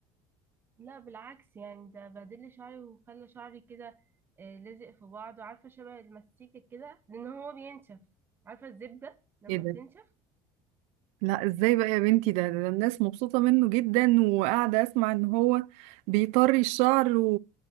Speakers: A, on the right (about 15°); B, on the right (about 70°).
A: لا بالعكس يعني ده بهدل لي شعري وخلى شعري كده آه، لازق في بعضه عارفة شبه المسيكة كده لان هو بينشف عارفة الزبدة لما
B: ايه ده
A: بتنشف
B: لا ازاي بقى يا بنتي ده, ده الناس مبسوطة منه جدا وقاعدة اسمع ان هو بيطري الشعر و...